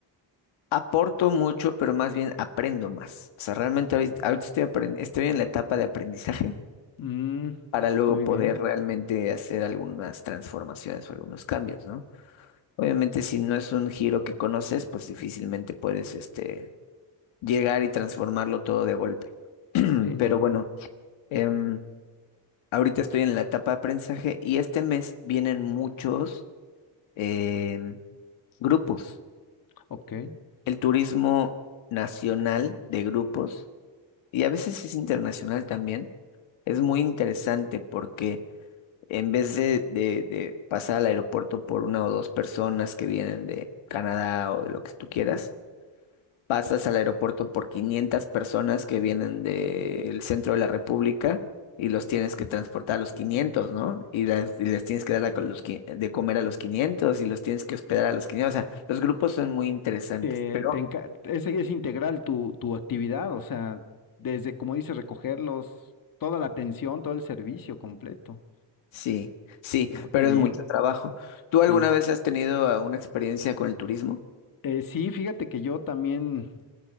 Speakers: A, on the left; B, on the left.
A: Aporto mucho, pero más bien aprendo más. O sea, realmente ahorita, ahorita estoy, apren- estoy en la etapa de aprendizaje
B: Mm,
A: para luego
B: muy
A: poder
B: bien.
A: realmente hacer algunas transformaciones o algunos cambios, ¿no? Obviamente, si no es un giro que conoces, pues difícilmente puedes, este, llegar y transformarlo todo de golpe. <clears throat>
B: Sí,
A: Pero
B: no.
A: bueno, em, ahorita estoy en la etapa de aprendizaje y este mes vienen muchos em, grupos.
B: Ok.
A: El turismo nacional de grupos. Y a veces es internacional también. Es muy interesante porque en vez de, de, de pasar al aeropuerto por una o dos personas que vienen de Canadá o de lo que tú quieras, pasas al aeropuerto por 500 personas que vienen del centro de la República y los tienes que transportar a los quinientos ¿no? Y, las- y les tienes que dar a los, qui- de comer a los 500 y los tienes que hospedar a los quinientos O sea, los grupos son muy interesantes,
B: te,
A: pero...
B: te enca- es, es integral tu, tu actividad, o sea, desde, como dices, recogerlos, toda la atención, todo el servicio completo.
A: Sí, sí,
B: Oh, qué
A: pero
B: bien,
A: es mucho trabajo. ¿Tú
B: sí.
A: alguna vez has tenido ah, una experiencia con el turismo?
B: Eh, sí, fíjate que yo también